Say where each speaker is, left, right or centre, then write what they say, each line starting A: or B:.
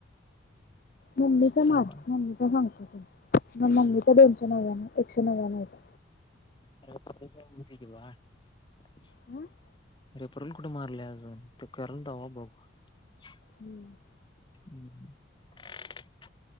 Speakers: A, on the left; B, on the left.
A: मम्मीचा
B: तेच सांगालोय
A: मार, मम्मीचा सांगतो तू मग मम्मी, दोनशे नव्याण्व एकशे नव्याण्णव होता.
B: अ उती कवा <unintelligible>
A: हम्म <unintelligible>
B: अरे परल कुठे मारले आज त कल दवा बाब <unintelligible>
A: हम्म...
B: हम्म <unintelligible>